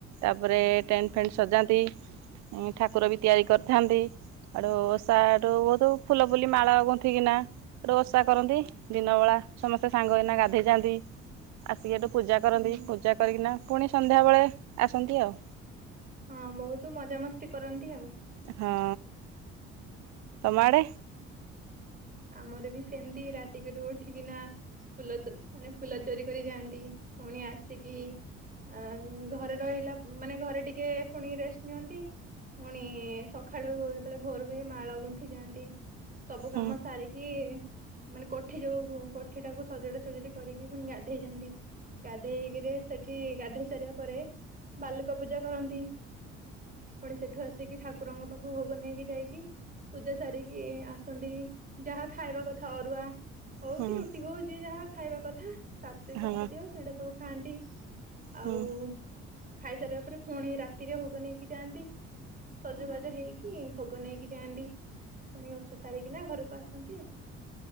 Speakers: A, on the right; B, on the right.
A: ତାପରେ ଟେଣ୍ଟ ଫେଣ୍ଟ ସଜାନ୍ତି। ଉ ଠାକୁର ବି ତିଆରି କରିଥାନ୍ତି। ଆଡ଼ୁ ଓଷାଠୁ ବହୁତ ଫୁଲ ଫୁଲି ମାଳ ଗୁନ୍ଥି କିି ନା ହେଟୁ ଓଷା କରନ୍ତି ଦିନ ବେଳା ସମସ୍ତେ ସାଙ୍ଗ ହେଇନା ଗାଧେଇ ଯାଆନ୍ତି ଆସିକି ଏଠୁ ପୂଜା କରନ୍ତି।
B: ହୁଁ
A: ପୂଜା କରିକିନା ପୁଣି ସନ୍ଧ୍ୟାବେଳେ ଆସନ୍ତି ଆଉ।
B: ହଁ ବହୁତ ମଜାମସ୍ତି କରନ୍ତି ଆଉ।
A: ହଁ। ତମଆଡ଼େ?
B: ଆମର ବି ସେମିତି ରାତିକରୁ ଉଠିକିନା ଫୁଲ ତୋ ମାନେ ଫୁଲ ଚୋରି କରି ଯାଆନ୍ତି। ପୁଣି ଆସିକି ଆ ଘରେ ରହିଲା ମ ମାନେ ଘରେ ଟିକେ ପୁଣି ରେଷ୍ଟ ନିଅନ୍ତି। ପୁଣି-ଇ-ଇ-ଇ ସକାଳୁ ଯେତେବେଳେ ଭୋର ହୁଏ ମାଳ ଗୁନ୍ଥି ଯାଆ ନ୍ତି ସବୁ କାମ
A: ହଁ
B: ସାରିକି ମାନେ କୋଠି ଯୋଉ-ଉ-ଉ କୋଠି ଟାକୁ ସଜଡା ସଜିଡି କରିକି ପୁଣି ଗାଧେଇ ଯାଆନ୍ତି। ଗାଧେଇକିରି ସେଠି ଗାଧେଇ ସାରିବା ପରେ ବାଲୁକା ପୂଜା କରନ୍ତି। ପୁଣି ସେଠୁ ଆସିକି ଠାକୁରଙ୍କ ପାଖକୁ ଭୋଗ ନେଇକି ଯାଇକି ପୂଜା ସାରିକି ଆସନ୍ତି। ଯାହା ଖାଇବା କଥା ଅରୁଆ ହଉ
A: ହୁଁ।
B: କି ରୁଟି ହଉ ଯିଏ ଯାହା ଖାଇବା କଥା ସାତ୍ଵିକ
A: ହଁ
B: ଖାଦ୍ୟ ସେଇଟା ସବୁ ଖାଆନ୍ତି।
A: ହଁ
B: ଆଉ ଖାଇସାରିବା ପରେ ପୁଣି ରାତିରେ ଭୋଗ ନେଇକି ଯାଆନ୍ତି। ସଜବାଜ ହେଇକି ଭୋଗ ନେଇକି ଯାଆନ୍ତି। ପୁଣି ଓଷା ସାରିକିନା ଘରକୁ ଆସନ୍ତି ଆଉ।